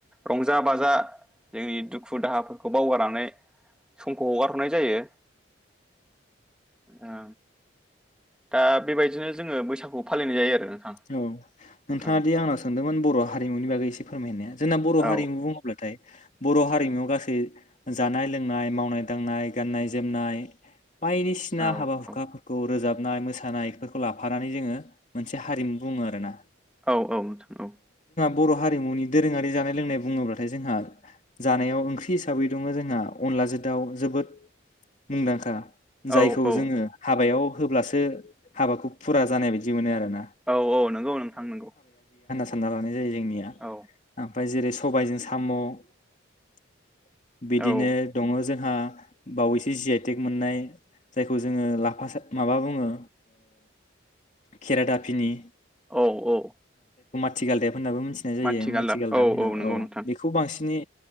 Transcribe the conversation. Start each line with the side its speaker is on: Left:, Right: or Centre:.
Centre: रंजा बाजा जोंनि दुखु दाहाफोरखौ बावगारनानै समखौ हगार हरनाय जायो ओ। दा बेबायदिनो जोङो बैसागु फालिनाय जायो आरो। नोंथां
Left: औ नोंथाङा
Centre: औ
Left: दि आंनााव सोंदोंमोन बर' हारिमुनि बागै एसे फोरमायनाया जोंना बर'
Centre: औ
Left: हारिमु बुङोब्लाथाय बर' हारिमुआव गासै जानाय लोंनाय मावनाय दांनाय गाननाय जोमनाय बायदिसिना
Centre: औ
Left: हाबा
Centre: औ
Left: हुखाफोरखौ रोजाब नाय मोसानायफोरखौ लाफानानै जोङो हारिमु बुङो आरो ना
Centre: औ औ नोंथां औ।
Left: बर' हारिमुनि दोरोङारि जानाय लोंनाय बुङोब्लाथाय जोंहा जानायाव ओंख्रि हिसाबै दङ जोंहा अनलाजों दाउ जोबोद मुंदांखा जायखौ
Centre: औ औ
Left: जोङो हाबायाव होब्लासो हाबाखौ फुरा जानाय बायदि मोनो आरो ना।
Centre: औ औ नंगौ नोंथां नंगौ।
Left: हानना लानाय जायो जों निया
Centre: औ
Left: आमफाय जेरै सबायजों साम साम बिदिनो
Centre: औ
Left: दङ जों हा बावैसो जि आइ टेक मोननाय जायखौ जोङो लाफा सा माबा बुङो केेरादाफ फिनि
Centre: औ औ।
Left: थि गालदेब। होननाबो मिथिनाय जायो
Centre: माथि गालदाब
Left: माथिगालदाब होनना
Centre: नंगौ
Left: औ
Centre: नोंथां
Left: बेखौ बांसिनै